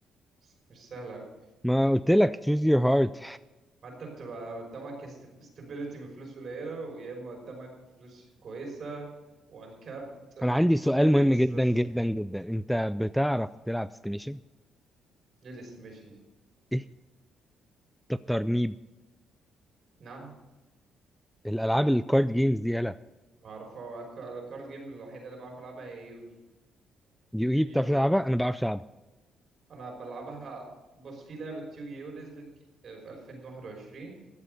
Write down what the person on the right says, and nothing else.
بس مش سهله قوي
ما انت بتبقى قدامك استابيليتي بفلوس قليله ويا اما قدامك فلوس كويسه وان كابت
ليميتس
بس
ايه الاستيميشن دي
نعم
ما اعرف الكارد جيم الوحيده اللي بعرف العبها هي يوجي
يوجي
يو
انا بلعبها بص في لعبة يوجيو نزلت ج- آه، في 2021